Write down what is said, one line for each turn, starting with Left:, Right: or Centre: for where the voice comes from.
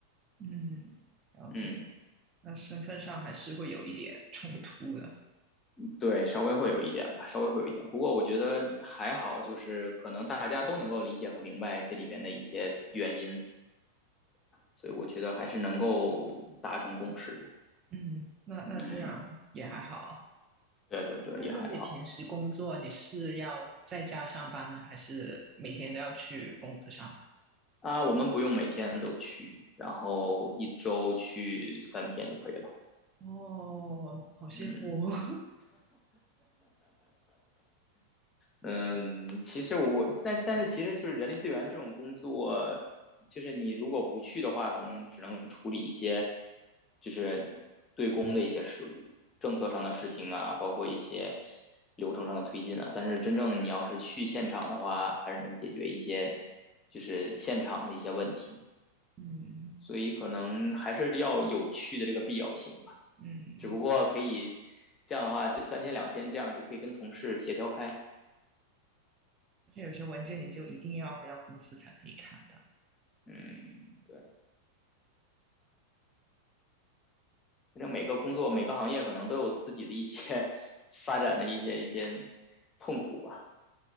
Right: 嗯，了解。
Left: 嗯，
Right: 那身份上还是会有一点冲突的，
Left: 对，稍微会有一点吧，稍微会有一点。不过我觉得还好，就是可能大家都能够理解和明白这里边的一些原因。所以我觉得还是能够达成共识的。
Right: 嗯，那那这样也还好。
Left: 嗯，对对对，
Right: 那那你平时工作你是要在家上班呢，
Left: 也还好。
Right: 还是每天都要去公司上
Left: 啊，我们不用每天都去，然后一周去三天就可以了。
Right: 班？哦，好羡慕。
Left: 嗯，
Right: <laughs>
Left: 嗯，其实我我但但是其实就是人力资源这种工作，就是你如果不去的话，可能只能处理一些就是对公的一些事务，政策上的事情啊，包括一些流程上的推进啊。但是真正你要是去现场的话，还是能解决一些就是现场的一些问题，
Right: 嗯
Left: 所以可能还是要有去的这个必要性吧。
Right: 嗯，
Left: 只不过可以这样的话，就三天两天这样就可以跟同事协调开。
Right: 而且有些文件你就一定要回到公司才可以看到。
Left: 嗯，对。反正每个工作、每个行业可能都有自己的一些 <laughs> 发展的一些一些痛苦吧。